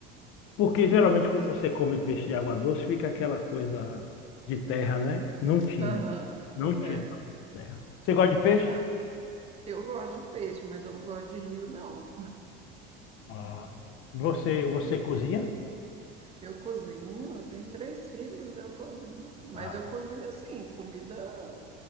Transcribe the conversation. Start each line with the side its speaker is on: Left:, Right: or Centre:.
Left: Porque geralmente
Right: É.
Left: quando você come peixe de água doce, fica aquela coisa de terra, né? Não tinha.
Right: Aham.
Left: Não tinha
Right: É.
Left: sabor de terra. Você gosta de peixe?
Right: Não, eu gosto de peixe, mas eu não gosto de rio, não.
Left: Ah. Você, você
Right: Não.
Left: cozinha?
Right: Eu cozinho, eu tenho três filhos, eu cozinho. Mas
Left: Ah.
Right: eu cozinho assim, comida